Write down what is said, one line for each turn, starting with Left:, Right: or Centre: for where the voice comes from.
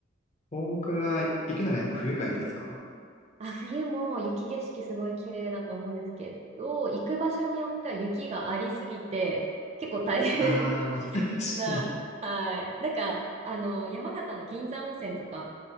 Left: 東北は行くならやっぱ冬がいいですか
Right: あ、冬も雪景色すごい綺麗だと思うんですけど、行く場所によっては雪がありすぎて、結構大変
Left: ああー、
Right: <laughs>
Left: <laughs>
Right: な、
Left: 確かに。
Right: はい。なんか、あの、山形の銀山温泉とか、